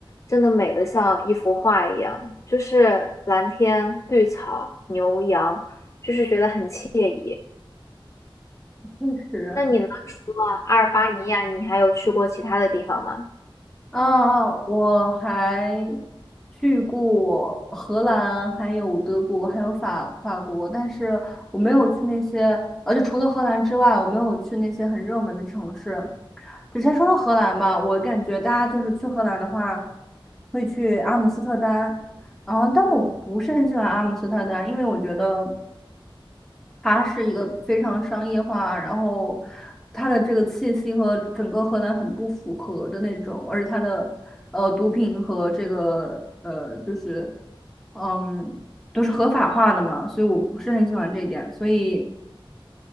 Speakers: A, on the left; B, in the centre.
A: 真的美得像一幅画一样，就是蓝天、绿草、牛羊，就是觉得很惬意。
B: 嗯确实
A: 那你呢？除了阿尔巴尼亚，你还有去过其他的地方吗？
B: 啊，我还去过荷兰，还有德国，还有法法国，但是我没有去那些，而且除了荷兰之外，我没有去那些很热门的城市。就先说说荷兰吧，我感觉大家就是去荷兰的话，会去阿姆斯特丹，然后但我不是很喜欢阿姆斯特丹，因为我觉得。它是一个非常商业化，然后它的这个气息和整个荷兰很不符合的那种，而且它的呃毒品和这个呃就是嗯都是合法化的嘛，所以我不是很喜欢这一点，所以